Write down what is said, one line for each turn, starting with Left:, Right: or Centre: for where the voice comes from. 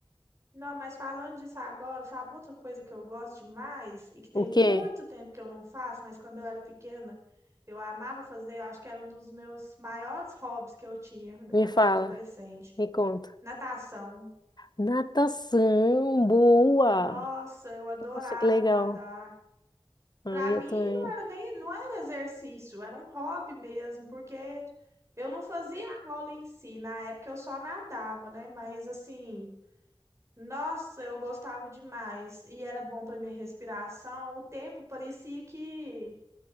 Right: Não, mas falando disso agora, sabe outra coisa que eu gosto demais e que tem
Left: O quê?
Right: muito tempo que eu não faço, mas quando eu era pequena, eu amava fazer, eu acho que era um dos meus maiores hobbies que eu tinha
Left: Me
Right: quando
Left: fala,
Right: eu era adolescente.
Left: me conta.
Right: Natação.
Left: Natação, boa!
Right: Nossa, eu adorava
Left: Nossa, que legal.
Right: nadar.
Left: Aí
Right: Para mim
Left: eu também.
Right: não era nem, não era exercício, era um hobby mesmo, porque eu não fazia aula em si, na época eu só nadava, né? Mas assim, nossa, eu gostava demais e era bom para minha respiração. O tempo parecia que